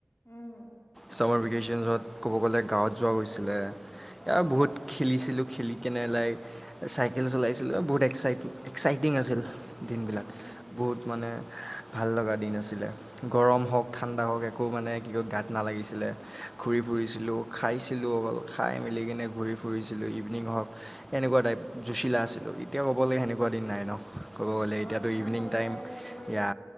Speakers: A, on the left (about 55°); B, in the centre.
A: উম,
B: ছামাৰ ভেকেশ্যনত ক'ব গ'লে গাঁৱত যোৱা হৈছিলে।
A: অ',
B: ইয়া বহুত খেলিছিলোঁ খেলি কেনে লাইক চাইকেল চলাইছিলোঁ বহুত এক্সাইট এক্সাইটিং আছিল। দিনবিলাক
A: উম, উম,
B: বহুত মানে ভাল লগা দিন আছিলে। গৰম হওঁক ঠাণ্ডা হওঁক একো মানে কি কয় গাত নালাগিছিলে ঘূৰি ফুৰিছিলোঁ। খাইছিলোঁ অকল খাই মেলি কিনে ঘূৰি ফুৰিছিলোঁ ইভিনিং হওঁক এনেকুৱা টাইপ, যুঁছিলা আছিলো, এতিয়া ক'ব লাগে সেনেকুৱা দিন নাই ন ক'ব গ'লে
A: অ',
B: এতিয়াতো
A: তেতিয়া
B: ইভিনিং
A: সৰুতে
B: টাইম
A: আৰু এইবোৰ
B: এইয়া